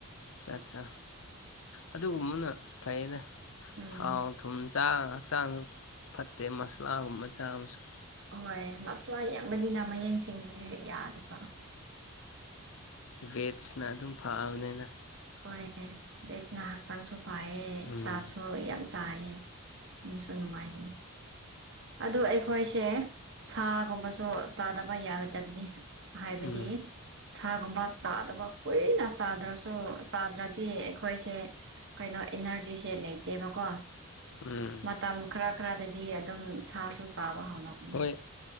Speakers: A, on the left; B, on the right.
A: ꯆꯠ ꯆ ꯑꯗꯨꯒꯨꯝꯕꯅ ꯐꯩꯗ
B: ꯎꯝ
A: ꯊꯥꯎ ꯊꯨꯝ ꯆꯥꯛ ꯍꯛꯆꯥꯡꯁꯨ ꯐꯠꯇꯦ ꯃꯁꯂꯥꯒꯨꯝꯕ ꯆꯥꯕꯁꯨ
B: ꯍꯣꯏ ꯃꯁꯂꯥ ꯌꯥꯝꯕꯅꯤꯅ ꯃꯌꯦꯛꯡꯁꯤꯡꯒꯤꯅꯦꯦꯛ ꯌꯥꯗꯕ
A: ꯋꯦꯠꯁꯅ ꯑꯗꯨꯝ ꯐꯕꯅꯤꯅ
B: ꯍꯣꯏ ꯂꯩꯗꯩꯆꯅ ꯍꯛꯆꯥꯡꯁꯨ ꯋꯥꯏꯑꯦ
A: ꯎꯝ
B: ꯆꯥꯕꯁꯨ ꯌꯥꯝ ꯆꯥꯏꯌꯦꯦ ꯑꯗꯨꯅꯨꯡꯁꯨ ꯅꯨꯡꯉꯥꯏꯕꯅꯤ ꯑꯗꯨ ꯑꯩꯈꯣꯏꯁꯦ ꯁꯥꯒꯨꯝꯕꯁꯨ ꯆꯥꯗꯕ ꯌꯥꯔꯣꯏꯗꯕꯅꯤ ꯍꯥꯏꯕꯗꯤ
A: ꯎꯝ
B: ꯁꯥꯒꯨꯝꯕ ꯆꯥꯗꯕ ꯀꯨꯏꯅ ꯆꯥꯗ꯭ꯔꯁꯨ ꯆꯥꯗ꯭ꯔꯗꯤ ꯑꯩꯈꯣꯏꯁꯦ ꯀꯩꯅꯣ ꯏꯅꯔꯖꯤꯁꯦ ꯂꯩꯇꯦꯕꯀꯣ
A: ꯎꯝ
B: ꯃꯇꯝ ꯈꯔ ꯈꯔꯗꯗꯤ ꯑꯗꯨꯝ ꯁꯥꯁꯨ ꯆꯥꯕ ꯍꯧꯅꯕꯅꯤ
A: ꯍꯣꯏ